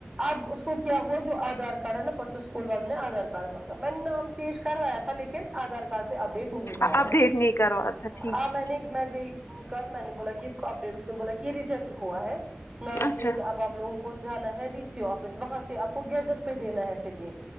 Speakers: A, on the right (about 25°); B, on the left (about 70°).
A: اب اس کو کیا ہوا جو آدھار کارڈ ہے نا پرسوں اسکول والوں نے آدھار کارڈ مانگا میں نے نام چینج کروایا تھا لیکن کن ادھار کارڈ پے اپڈیٹ نہیں ہوا
B: اپڈیٹ
A: ہے
B: نہیں کروا تھا ٹھیک
A: ہاں میں نے میں گئی کل میں نے بولا کی اس اپڈیٹ اس نے بولا کی یے ریجیکٹ ہوا ہے نام
B: اچھا
A: چینج اب آپ لوگوں کو کو جانا ہے ڈی سی آفس وہاں سے آپ کو گیزٹ پے دینا ہے پھر یے